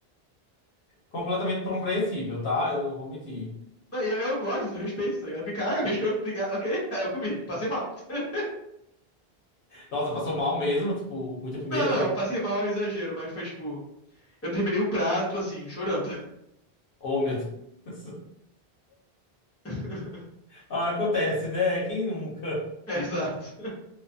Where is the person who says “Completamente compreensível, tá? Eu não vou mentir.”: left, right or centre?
Left